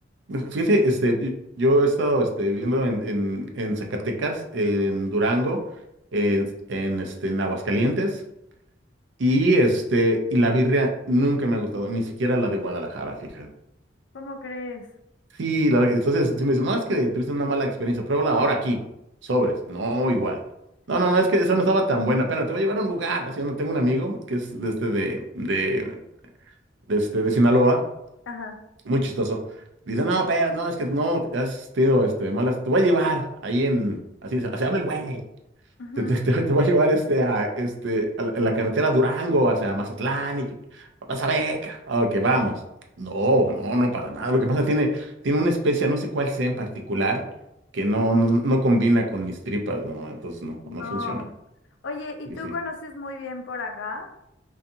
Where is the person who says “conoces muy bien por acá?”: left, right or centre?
Left